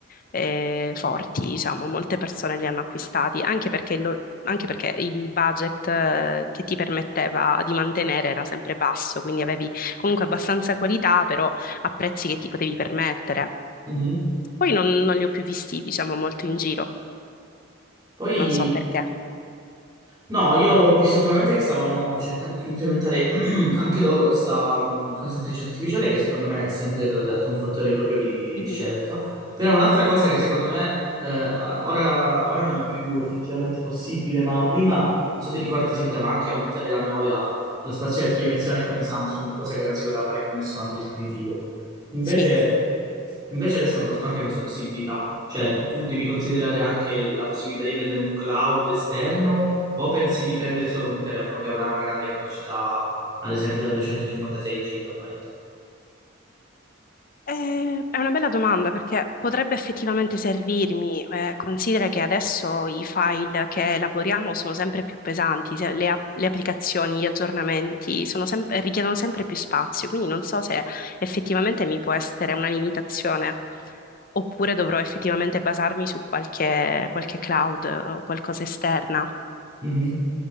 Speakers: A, on the left; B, on the right.
A: eh, forti, diciamo, molte persone li hanno acquistati, anche perché, lo- anche perché il budget eh, che ti permetteva di mantenere era sempre basso, quindi avevi comunque abbastanza qualità, però a prezzi che ti potevi permettere.
B: Mhm.
A: Poi non, non li ho più visti, diciamo, molto in giro,
B: Poi
A: non so perché.
B: No, io ho visto solamente che stavano cercando di implementare <clears throat> anche loro questa, mh, questa intelligenza artificiale, che secondo me è sempre, te l'ho detto, un fattore proprio di, di
A: Mhm.
B: scelta. Però è un'altra cosa che secondo me eh, a- ora, ora non è più effettivamente possibile, ma prima, non so se ricordi, si poteva anche aumentare la memoria, lo spazio di archiviazione con i Samsung, cosa che non si poteva fare con nessun altro dispositivo. Invece,
A: Sì.
B: invece adesso hanno tolto anche questa possibilità, cioè tu devi considerare anche la possibilità di prendere un cloud esterno o pensi di prendere solo un telefono che avrà una grande capacità, ad esempio da 256 GB?
A: Eh, È una bella domanda perché potrebbe effettivamente servirmi. Eh, considera che adesso i file che elaboriamo sono sempre più pesanti, se- le, app- le applicazioni, gli aggiornamenti sono sem- richiedono sempre più spazio, quindi non so se effettivamente mi può essere una limitazione oppure dovrò effettivamente basarmi su qualche, qualche cloud o qualcosa esterna.
B: Mhm.